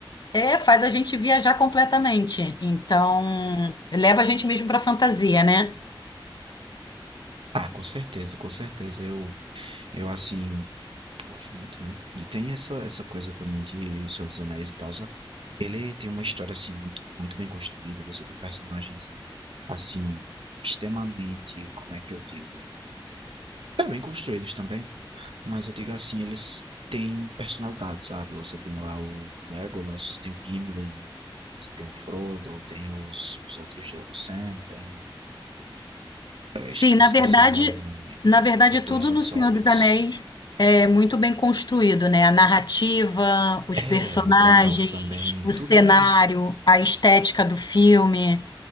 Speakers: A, on the left; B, on the right.
A: é, faz a gente viajar completamente. Então, leva a gente mesmo para fantasia, né?
B: Ah, com certeza, com certeza. Eu, eu assim, gosto muito, né? E tem essa, essa coisa também de Senhor dos Anéis e tal. só- Ele tem uma história assim muito, muito bem construída. Você tem personagens assim, extremamente, como é que eu digo? É bem construídos também, mas eu digo assim, eles têm personalidade, sabe? Você tem lá o Legolas, tem o Gimli, você tem o Frodo, tem os, os outros, do- o Sam, tem o. Eu
A: Sim,
B: esque-
A: na
B: eu esqueci
A: verdade,
B: agora o nome.
A: na verdade,
B: Os
A: tudo
B: dois outros
A: no Senhor
B: hobbits.
A: dos Anéis é muito bem construído, né? A narrativa, os
B: É,
A: personagens,
B: o Gandalf também.
A: o cenário,
B: Tudo é.
A: a estética do filme,